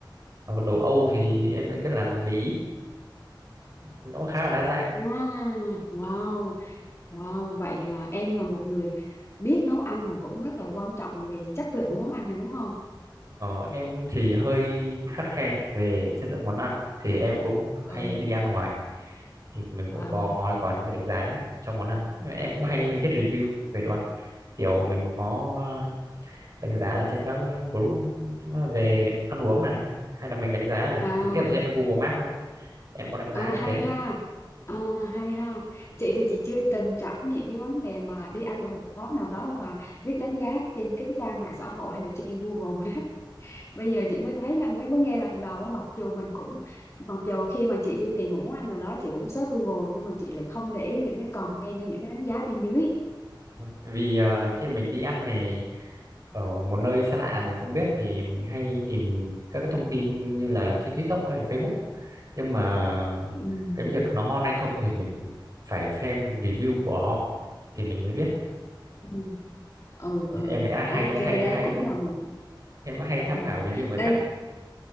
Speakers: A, on the right; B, on the left.
A: ở đồ Âu thì em lại biết làm Mỹ nó cũng khá là đa dạng
B: À, wow, wow, vậy là em là một người biết nấu ăn mà cũng rất là quan trọng về chất lượng của món ăn này đúng không?
A: ờ, em thì hơi khắt khe về chất lượng món ăn thì em cũng hay
B: ừ
A: đi ăn ngoài thì mình cũng
B: À,
A: có có có những cái đánh giá cho món ăn em cũng hay viết review về đồ ăn kiểu mình có đánh giá ở trên các group về ăn uống này hay là mình đánh giá ở
B: à,
A: trực tiếp ở trên Google Maps luôn em có đánh giá
B: à
A: như
B: hay
A: thế
B: ha, à, hay ha. Chị thì chị chưa từng trải nghiệm cái vấn đề mà đi ăn ở một món nào đó và biết đánh giá trên cái trang mạng xã hội hay là trên Google Maps bây giờ chị mới thấy là mới mới nghe lần đầu á, mặc dù mình cũng mặc dù khi mà chị đi tìm một món ăn nào đó chị cũng search Google nhưng mà chị lại không để ý những cái comment hay những cái đánh giá bên dưới
A: Ừ. vì ờ, khi mình đi ăn thì ở một nơi xa lạ mình không biết thì mình hay tìm các cái thông tin như là trên TikTok hay Facebook nhưng mà
B: Ừm,
A: cái việc nó ngon hay không thì mình phải xem review của họ thì mình mới biết
B: ừm, ừ
A: thì
B: ừ
A: em lại à, hay
B: ok
A: hay
B: đây
A: hay
B: cũng là một
A: em hay tham
B: ừm,
A: khảo review người
B: đây
A: khác